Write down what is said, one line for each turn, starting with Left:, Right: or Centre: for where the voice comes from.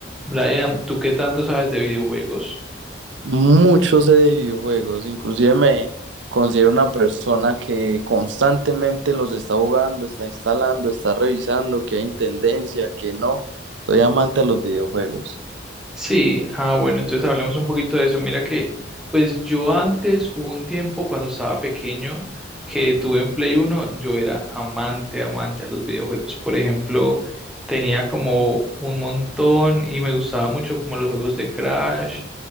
Centre: Brian, ¿tú qué tanto sabes de videojuegos?
Right: Mucho sé de videojuegos, inclusive me considero una persona que constantemente los está jugando, está instalando, está revisando, que hay en tendencia, que no. Soy amante de los videojuegos.
Centre: Sí, ah, bueno, entonces hablemos un poquito de eso. Mira que, pues yo antes, hubo un tiempo cuando estaba pequeño, que tuve un Play uno, yo era amante, amante a los videojuegos. Por ejemplo, tenía como un montón y me gustaba mucho como los juegos de Crash